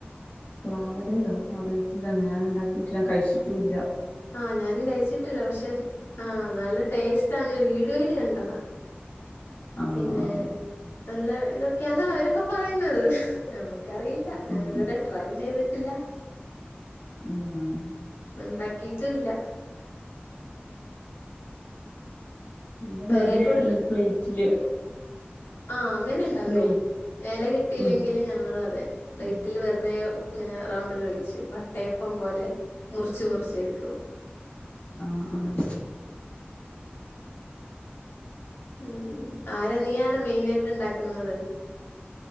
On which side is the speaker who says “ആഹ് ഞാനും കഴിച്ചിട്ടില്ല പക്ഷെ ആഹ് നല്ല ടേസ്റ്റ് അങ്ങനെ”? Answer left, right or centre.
Left